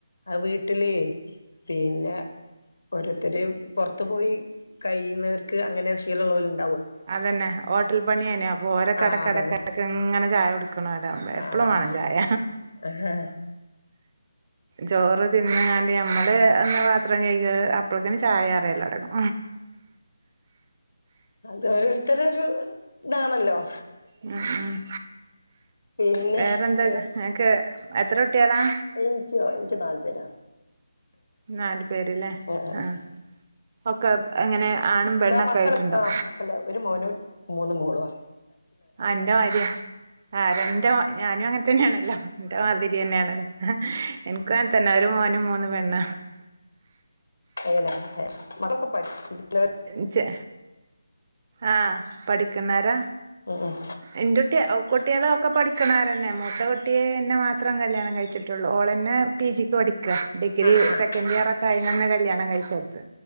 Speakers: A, on the left; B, on the right.
A: അത് വീട്ടിലേയ് പിന്നെ ഓരോരുത്തര് പൊറത്ത് പോയി കയ്യുന്നവർക്ക് അങ്ങനെ ശീലൊള്ളോല്ണ്ടാ
B: അതന്നെ ഹോട്ടൽ പണിയേയ്ന്ന് അപ്പൊ ഓരൊക്കെ
A: ആഹ്
B: എടക്കടക്ക്ടക്ക്
A: അതന്നെ
B: ങ്ങനെ ചായ കൊടുക്കണോ രാവും
A: ആഹ്
B: എപ്പളും വേണം
A: ആഹ് ആഹ്
B: ചായ
A: ആഹാ
B: ചോറ് തിന്ന് ങ്ങാണ്ടി നമ്മള് ഒന്ന് പാത്രം കഴികിയാ അപ് അപ്പോത്തിന് ചായറലൊടങ്ങും.
A: അത് ഓരോരുത്തരൊരു ഇതാണല്ലോ.
B: ഉം.
A: പിന്നെ
B: വേറെന്താല്ലാം,
A: വേ
B: ഇങ്ങക്ക് എത്ര കുട്ടികളാ?
A: എനിക്കോ എനിക്ക് നാലു പേരാ.
B: നാലു പേര്ല്ലേ,
A: ആഹ് ആഹ്
B: ആ
A: ആഹ്
B: ഒക്കെ എങ്ങനെ ആണും പെണ്ണൊക്കെ
A: ഇതാ മക്കള്
B: ആയിട്ടുണ്ടോ?
A: ആഹ് അല്ല, ഒരു മോനും മൂന്ന് മോളവാ.
B: ആ എന്റെ മാര്യ. എന്റെ ഞാനും അങ്ങനെ തന്നെയാണല്ലോ. എന്റെ മാതിരി തന്നെയാണല്ല ഇൻക്ക് അന തന്നെ ഒരു മോനും മൂന്ന് പെണ്ണാ
A: <unintelligible> <unintelligible>
B: ഇങ് ചെ ആഹ പഠിക്കുന്നാരാ.
A: മം മം
B: എന്റെ കുട്ടി, കുട്ടികള ഒക്കെ പഠിക്കണാരന്നെ. മൂത്ത കുട്ടിയെ എന്നെ മാത്രം കല്യാണം കഴിച്ചിട്ടുള്ളൂ. ഓളെന്നെ പി ജിക്ക് പഠിക്ക. ഡിഗ്രി
A: ആഹ് ആഹ് ആഹ്
B: സെക്കൻഡ് ഇയർ ഒക്കെ അയിന്ന് കല്യാണം കഴിചോടുത്.